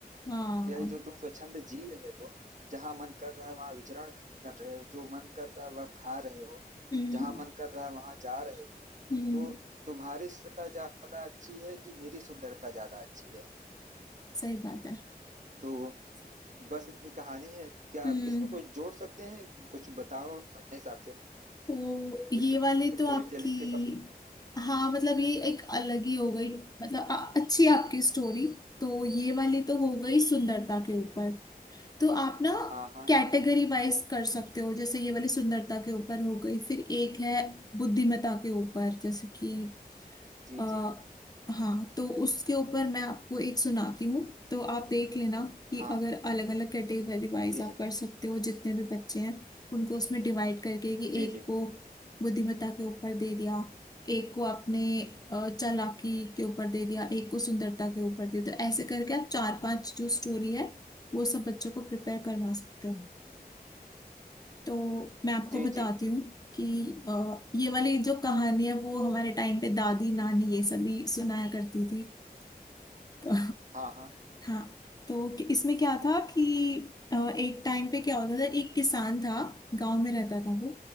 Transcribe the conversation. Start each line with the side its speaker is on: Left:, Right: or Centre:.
Left: हाँ
Right: यह जो तुम स्वच्छंद जी रहे हो जहां मन कर रहा है वहां विचरण कर रहे हो जो मन कर रहा है वह खा रहे हो
Left: हम्म
Right: जहां मन कर रहा है वहां जा रहे हो
Left: हम्म
Right: तो तुम्हारी सुंदरता ज्यादा अच्छी है कि मेरी सुंदरता ज्यादा अच्छी है
Left: सही बात है
Right: तो बस इतनी कहानी है क्या
Left: हम्म
Right: इसमें कुछ जोड़ सकते हैं कुछ बताओ अपने हिसाब से
Left: तो ये
Right: इस
Left: वाले तो
Right: स्टोरी
Left: आपकी
Right: टेलिंग के कम
Left: हाँ मतलब ये एक अलग ही हो गई मतलब अ- अच्छी आपकी स्टोरी तो ये वाली तो हो गई सुंदरता के ऊपर तो आप ना
Right: हाँ हाँ
Left: कैटेगरी वाइज कर सकते हो जैसे ये वाली सुंदरता के ऊपर हो गई फिर एक है बुद्धिमत्ता के ऊपर जैसे कि
Right: जी
Left: अ,
Right: जी
Left: हाँ तो उसके ऊपर मैं आपको एक सुनाती हूँ तो आप देख लेना कि
Right: हाँ
Left: अगर अलग अलग कैटेगरी वाइज
Right: जी
Left: आप
Right: जी
Left: कर सकते हो जितने भी बच्चे हैं उनको उसमें डिवाइड करके कि
Right: जी
Left: एक
Right: जी
Left: को बुद्धिमत्ता के ऊपर दे दिया एक को आपने अ, चालाकी के ऊपर दे दिया एक को सुंदरता के ऊपर दे दिया तो ऐसे करके आप चार पांच जो स्टोरी है वो सब बच्चों को प्रिपेयर करवा सकते हो तो मैं आपको
Right: जी
Left: बताती
Right: जी
Left: हूँ कि अ, ये वाली जो कहानी है वो हमारे टाइम पे दादी नानी ये सभी सुनाया करती थी <laughs> तो
Right: हाँ हाँ
Left: हाँ तो कि- इसमें क्या था कि अ, एक टाइम पे क्या होता था एक किसान था गांव में रहता था वो